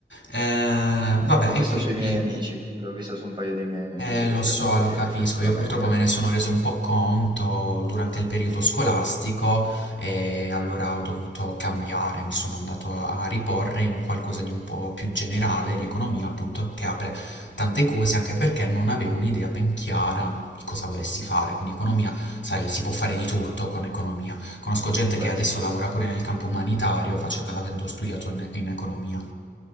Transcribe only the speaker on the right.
L'ho vista
sui miei amici, l'ho vista su un paio di miei amici
questa
cosa,
sì,
effettivamente.
Beh,
sì.